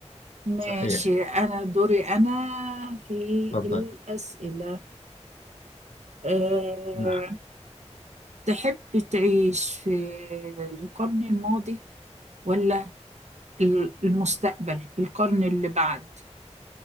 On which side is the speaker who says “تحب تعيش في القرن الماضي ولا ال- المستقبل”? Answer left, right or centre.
Right